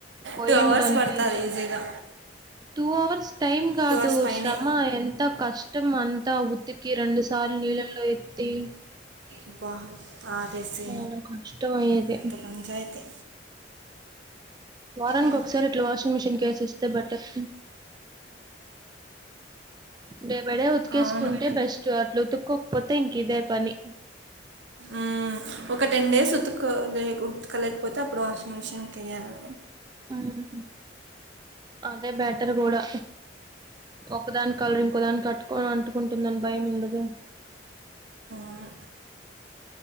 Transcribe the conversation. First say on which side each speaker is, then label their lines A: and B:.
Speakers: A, on the right (about 25°); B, on the right (about 80°).
A: పోయింటను
B: టూ అవర్స్ పడుతుంది
A: పైకి
B: ఈజీగా
A: టూ అవర్స్ టైమ్ కాదు
B: టూ అవర్స్ పైనే
A: శ్రమ ఎంత కష్టం అంత ఉ ఉతికి రెండు సార్లు నీళ్ళల్లో ఎత్తి
B: అబ్బా ఆరేసి
A: చాలా కష్టం అయ్యేది
B: పెద్ద పంచయితే
A: వారానికి
B: మ్మ్.
A: ఒకసారి ఇట్లా వాషింగ్ మిషినకి వేసిస్తే బెటర్ డే బై డే ఉతికేసుకుంటే
B: అవును
A: బెస్ట్ అట్లా ఉతుక్కోకపోతే ఇంక ఇదే పని
B: ఉమ్ ఒక టెన్ డేస్ ఉతుకలే ఉతుకలేకపోతే అప్పుడు వాషింగ్ మిషిన్కి వెయాలి
A: ఉమ్ అదే బెటర్ కూడా ఒకదాని కలరు ఇంకో దానికి అటు అంటుకుంటుందని భయం ఉండదు
B: ఉమ్